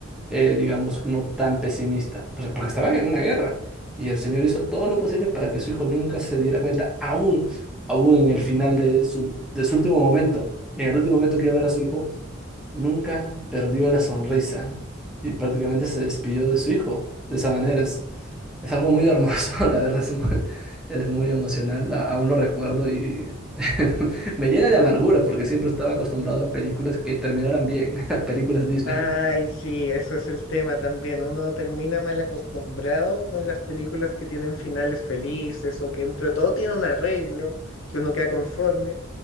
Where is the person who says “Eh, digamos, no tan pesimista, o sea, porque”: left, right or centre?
Centre